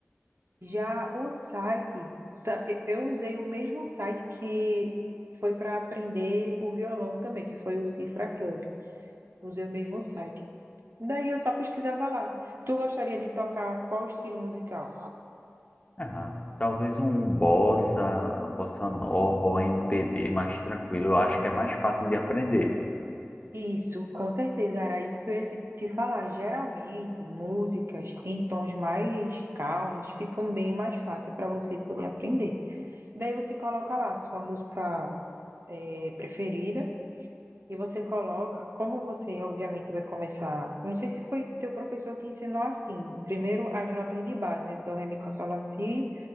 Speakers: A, on the right; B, on the left.
A: Já o site, tá- eu usei o mesmo site que foi para aprender o violão também, que foi o Cifra Club. Usei o mesmo site. Daí eu só pesquisava lá. Tu gostaria de tocar qual estilo musical?
B: Ah, talvez um bossa, bossa nova ou MPB mais tranquilo. Eu acho que é mais fácil de aprender.
A: Isso, com certeza, era isso que eu ia te, te falar. Geralmente, músicas em tons mais calmos ficam bem mais fácil para você poder aprender. Daí você coloca lá a sua música eh, preferida e você coloca, como você obviamente vai começar, não sei se foi teu professor te ensinou assim, primeiro as notas de base, né? Dó, ré, mi, fá, sol, lá, si,